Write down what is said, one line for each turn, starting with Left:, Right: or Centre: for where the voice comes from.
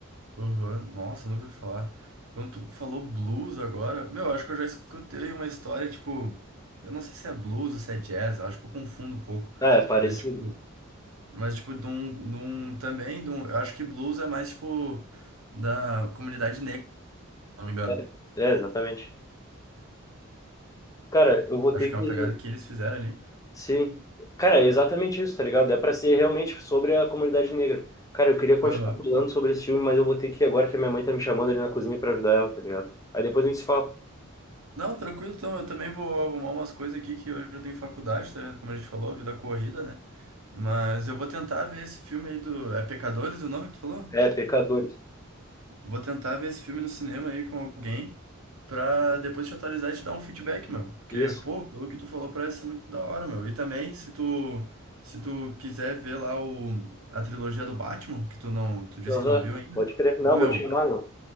Right: Aham, Nossa, nunca ouvi falar. Quando tu falou blues agora, meu, eu acho que eu já escutei uma história, tipo, eu não sei se é blues ou se é jazz, eu acho que eu confundo um pouco.
Left: Ah, é parecido?
Right: Mas, tipo, mas, tipo, de um, de um- também, de um- eu acho que blues é mais, tipo, da comunidade negra, se não me engano.
Left: É, é exatamente. Cara, eu vou
Right: Acho
Left: ter
Right: que
Left: que
Right: é uma pegada que eles fizeram ali.
Left: Sim. Cara, é exatamente isso, tá ligado? É pra ser realmente sobre a comunidade negra. Cara, eu queria continuar
Right: Aham.
Left: falando sobre esse filme, mas eu vou ter que ir agora que a minha mãe tá me chamando ali na cozinha pra ajudar ela, tá ligado? Aí depois a gente se fala.
Right: Não, tranquilo, então eu também vou arrumar umas coisas aqui que hoje eu tenho faculdade, tá? Como a gente falou, vida corrida, né? Mas eu vou tentar ver esse filme aí do. É Pecadores o nome que tu falou?
Left: É, pecadores.
Right: Vou tentar ver esse filme no cinema aí com alguém pra depois te atualizar e te dar um feedback, meu. Porque,
Left: Isso.
Right: pô, pelo que tu falou, parece ser muito da hora, meu. E também, se tu, se tu quiser ver lá o, a trilogia do Batman, que tu não, tu disse
Left: Aham.
Right: que não viu ainda,
Left: Pode crer. Não,
Right: ô, meu,
Left: vou te chamar, não.